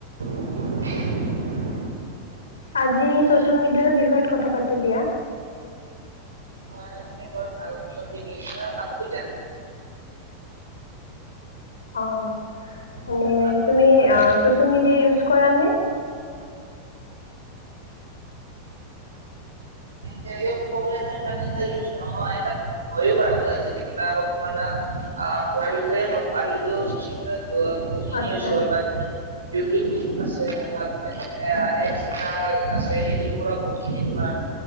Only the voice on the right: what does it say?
<unintelligible>
হয় এই খিনি বৰ ভাল বতৰ বুলি কৈইছা হ'ব দিয়া
পাতো
তেনে ক'ব গ'লে ইমান এট ইউজ নহয় বাত হয় ও বা কিবা ইমান ধৰি কোৱা বিষয়ে হ
ওক <unintelligible> ইউটিউবত আছে বা এপ এটা আছে। সেইটোৰ পৰা বহুত খিনি তোমাৰ